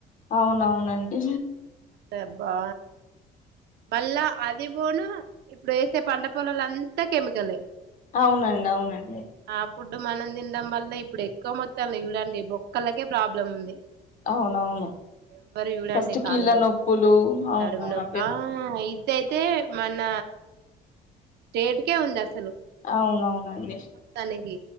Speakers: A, on the left; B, on the right.
A: అవునవునండి.
B: దెబ్బా మళ్ళా అది పోను ఇప్పుడు వేసే పంట పొలాల అంతా కెమికలే
A: అవునండి. అవునండి.
B: ఆ ఫుడ్ మనం తినడం వల్ల ఇప్పుడు ఎక్కువ మొత్తం చూడండి. బొక్కలకే ప్రాబ్లం ఉంది.
A: అవునవును.
B: ఎవ్వరు చూడండి
A: ఫస్ట్
B: కాళ్ళ
A: కీళ్ళ నొప్పులు అవునవున
B: నడుము నొప్పి ఆ ఐతే అయితే మన స్టేట్కే ఉందా అసలు
A: అవునవునండి
B: మొత్తానికి